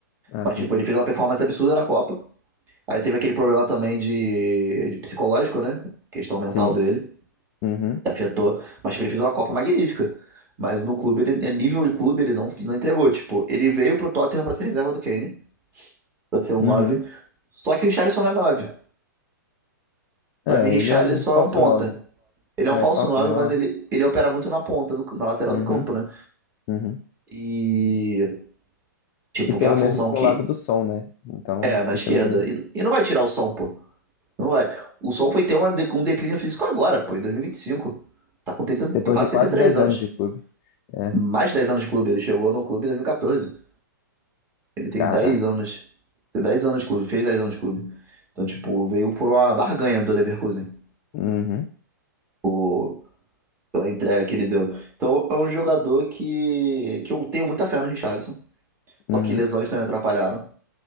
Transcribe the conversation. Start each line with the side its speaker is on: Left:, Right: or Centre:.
Left: Ah,
Right: Mas,
Left: sim.
Right: tipo, ele fez uma performance absurda na Copa. Aí teve aquele problema também de, de psicológico, né? Questão mental
Left: Sim.
Right: dele,
Left: Uhum.
Right: que afetou. Mas tipo, ele fez uma Copa magnífica. Mas no clube, ele, a nível de clube, ele não, não entregou. Tipo, ele veio pro Tottenham pra ser reserva do Kane, pra ser um
Left: Uhum.
Right: 9. Só que o Richarlison não é 9.
Left: É,
Right: Pra mim, Richarlison
Left: ele é um falso
Right: é um ponta.
Left: 9.
Right: Ele é
Left: É,
Right: um falso
Left: falso
Right: 9,
Left: 9.
Right: mas ele, ele opera muito na ponta, do- na lateral
Left: Uhum.
Right: do campo, né?
Left: Uhum.
Right: E, tipo,
Left: E pelo
Right: que é a função
Left: mesmo
Right: que
Left: lado do som, né? Então
Right: é na
Left: fica
Right: esquerda.
Left: meio.
Right: E, e não vai tirar o som, pô. Não vai. O Sol foi ter uma de- um declínio físico agora, pô, em 2025. Tá com 30,
Left: Depois
Right: quase
Left: de quase
Right: 33
Left: 10
Right: anos.
Left: anos de clube. É,
Right: Mais 10 anos de clube. Ele chegou no clube em 2014. Ele tem
Left: caraca.
Right: 10 anos. Tem 10 anos de clube, fez 10 anos de clube. Então, tipo, veio por uma barganha do Leverkusen,
Left: Uhum.
Right: pô, pela entrega que ele deu. Então, é um jogador que, que eu tenho muita fé no Richarlison.
Left: Uhum.
Right: Só que lesões também atrapalharam.